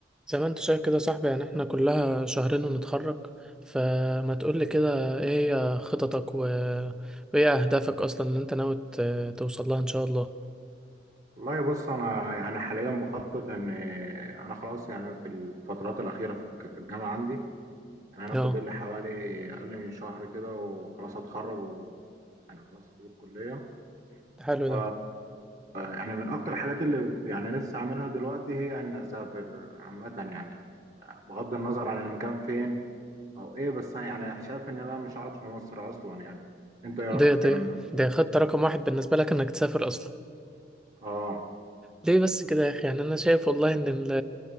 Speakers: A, in the centre; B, on the right.
A: زي ما انت شايف كده يا صاحبي يعني احنا كلها شهرين ونتخرج فما تقولي كده ايه هي خططك و... وايه اهدافك اصلا اللي انت ناوي ت- توصل لها ان شاء الله
B: والله بص انا يعني حاليا بخطط ان انا خلاص يعني في الفترات الاخيره في في الجامعه عندي يعني انا
A: اه
B: فاضل لي حوالي اقل من شهر كده وخلاص هتخرج وانا خلاص هسيب الكليه
A: حلو
B: ف
A: ده
B: يعني من اكتر الحاجات اللي ب- يعني لسه عاملها دلوقتي هي ان اسافر عامه يعني بغض النظر عن المكان فين او ايه بس يعني شايف ان انا مش قاعد في مصر اصلا يعني انت ايه
A: دي
B: رايك في الكلام
A: دي
B: ده
A: دي خطة رقم واحد بالنسبة لك انك تسافر اصلا
B: اه
A: ليه بس كده يا اخي يعني انا شايف والله ان ال...